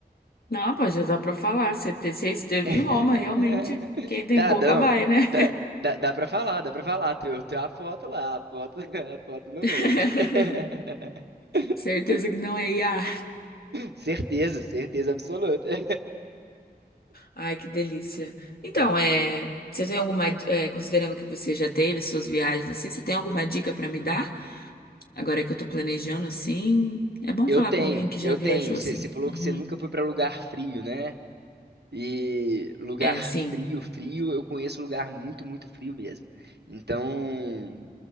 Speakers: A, on the left; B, on the right.
A: Não, pô, já dá pra falar. Você te- você esteve
B: <laughs>
A: em Roma, realmente. Quem tem
B: Dá,
A: boca
B: não.
A: vai, né?
B: Dá, dá, dá pra falar, dá pra falar. Tem, tem a foto lá, a foto, <laughs> a foto não
A: <laughs>
B: mente. <laughs>
A: Certeza que não é IA.
B: Certeza, certeza absoluta. <laughs>
A: Ai, que delícia. Então,
B: É.
A: é, você tem alguma, é, considerando que você já teve suas viagens assim, você tem alguma dica pra me dar? Agora que eu tô planejando assim, é bom
B: Eu
A: falar
B: tenho,
A: com alguém que já
B: eu
A: viajou
B: tenho. Você
A: assim.
B: falou
A: Uhum.
B: que você nunca foi pra lugar frio, né? E lugar
A: É, sim.
B: frio, frio, eu conheço lugar muito, muito frio mesmo. Então,